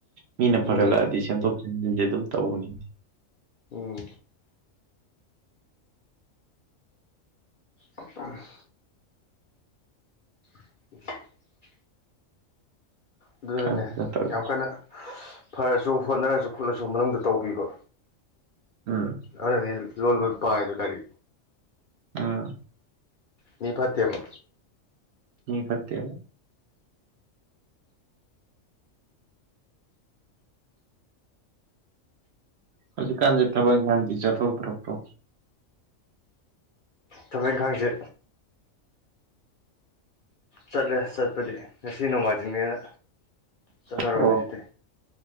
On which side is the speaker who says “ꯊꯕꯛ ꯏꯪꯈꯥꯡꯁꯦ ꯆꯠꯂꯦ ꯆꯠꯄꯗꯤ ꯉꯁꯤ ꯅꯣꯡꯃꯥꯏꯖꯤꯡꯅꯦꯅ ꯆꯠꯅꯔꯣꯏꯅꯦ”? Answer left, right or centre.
Left